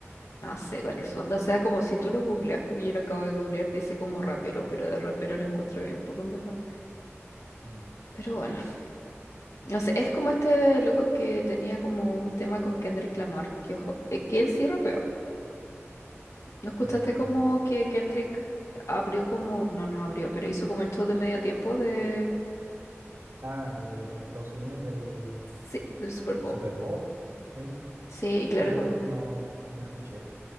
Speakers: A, on the left; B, on the right.
A: no sé cuál es su onda. O sea, como si tú lo googleas, porque yo lo acabo de googlear, dice como rapero, pero de rapero lo encuentro bien poco, en verdad.
B: Mm.
A: Pero bueno, no sé, es como este loco que tenía como un tema con Kendrick Lamar, que, ojo, eh, que él sí rapeó. ¿No escuchaste
B: Eh,
A: como que Kendrick abrió como, no, no abrió, pero hizo como el show de medio tiempo de,
B: ah, del- en Estados Unidos del,
A: sí, del Super
B: del
A: Bowl?
B: Super Bowl. Sí,
A: Sí, y claro,
B: sí, pero no, no escuché.